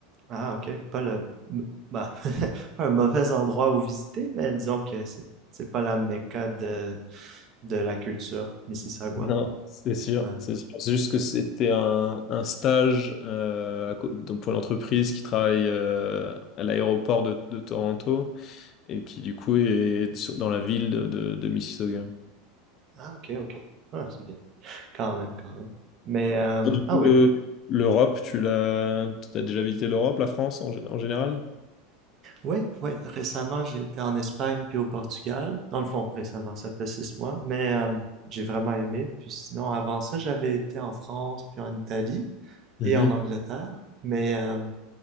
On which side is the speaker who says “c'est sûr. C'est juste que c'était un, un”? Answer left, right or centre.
Left